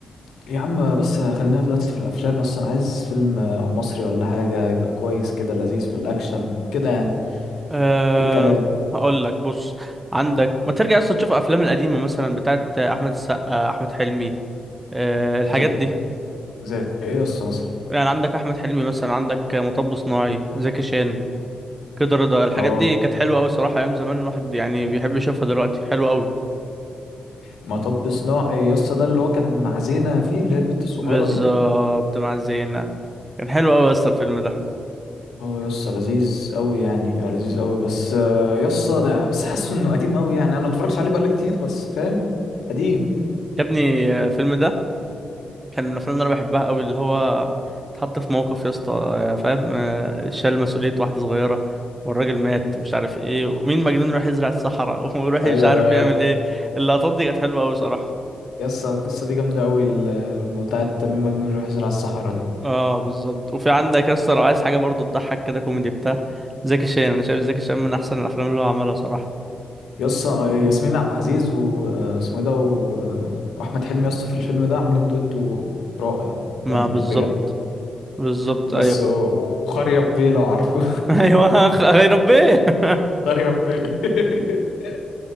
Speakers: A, on the left; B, on the right.
A: يا عم بس خلينا دلوقتي في الافلام يس انا عايز فيلم مصري ولا حاجه يبقى كويس كده لذيذ في الاكشن كده يعني
B: أه
A: ايه الكلام
B: هقول لك بص عندك ما ترجع اصلا تشوف افلام القديمه مثلا بتاعت احمد السقا احمد حلمي أه الحاجات
A: زي,
B: دي
A: زي ايه يس مثلا
B: يعني عندك احمد حلمي مثلا عندك مطب صناعي زكي شان كده رضا الحاجات
A: اه
B: دي كانت حلوه قوي صراحه ايام زمان الواحد يعني بيحب يشوفها دلوقتي حلوه قوي
A: مطب صناعي يس ده اللي هو كان مع زينة فيه اللي هي البت الصغيره
B: بالظبط
A: دي
B: مع الزينه كان حلو قوي اصلا الفيلم ده
A: اه يس لذيذ قوي يعني آه، لذيذ قوي بس آه، يس ده بس حاسه انه قديم قوي يعني انا ما اتفرجش عليه بقالي كتير بس فاهم قديم
B: يا ابني آه، الفيلم ده كان من الافلام اللي انا بحبها قوي اللي هو اتحط في موقف يا اسطى آه، فاهم آه، شال مسؤولية واحدة صغيرة والراجل مات ومش عارف ايه ومين مجنون يروح يزرع الصحراء <laughs> ويروح
A: ايوه
B: مش عارف
A: ده
B: يعمل ايه اللقطات دي كانت حلوة قوي صراحة
A: يسا القصة دي جامدة أوي ال- الم- بتاعة تميم مجنون يروح يزرع الصحراء دي
B: اه بالظبط وفي عندك يا اسطى لو عايز حاجة برضه تضحك كده كوميدي بتاع زكي شان انا شايف زكي شان من احسن الافلام اللي هو عملها صراحة
A: يسا ياسمين عبد العزيز واسمه ده و- وأحمد حلمي يسا في الفيلم ده عاملين دويتو رائع يعني
B: ما بالظبط
A: بجد
B: بالظبط
A: بس
B: ايوه
A: و- وخريف بيه لو عارفه
B: <laughs> ايوه خ- يا ربي <laughs>
A: <laughs> خريف بيه <laughs>